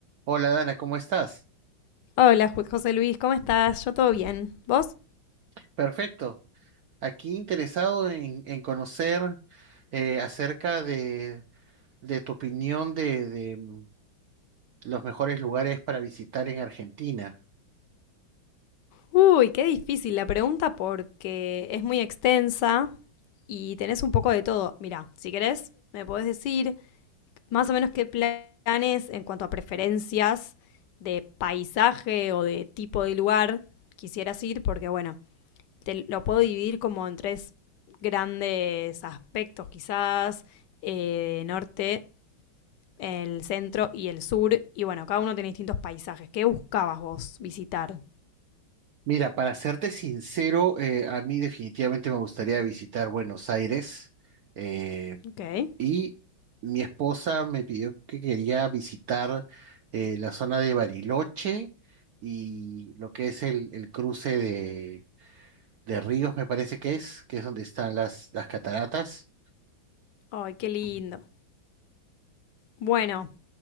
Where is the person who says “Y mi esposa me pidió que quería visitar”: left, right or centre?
Right